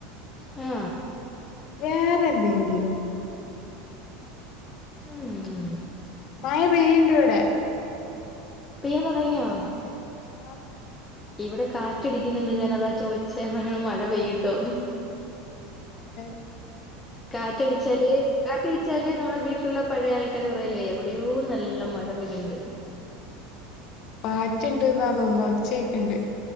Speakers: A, on the left; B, on the left.
A: ആ
B: വേറെ എന്തെങ്കിലും
A: ഉം
B: മഴ പെയ്യുണ്ട് ഇവിടെ
A: പെയ്യാൻ തുടങ്ങിയോ
B: ആ
A: ഇവിടെ കാറ്റടിക്കുന്നുണ്ട് ഞാന് അതാ ചോയിച്ചെ അവിടെങ്ങാനും മഴ പെയ്യണുണ്ടോന്ന്
B: ഏ
A: കാറ്റടിച്ചാല് കാറ്റ് ചില നമ്മുടെ വീട്ടിലുള്ള പഴയ ആൾക്കാര് പറയില്ലേ എവിടെയോ നല്ല മഴ പെയ്യന്നുണ്ടന്നു
B: കാറ്റുണ്ടെന്ന് തോന്നുന്നെ ഒച്ചയെക്കെയുണ്ട്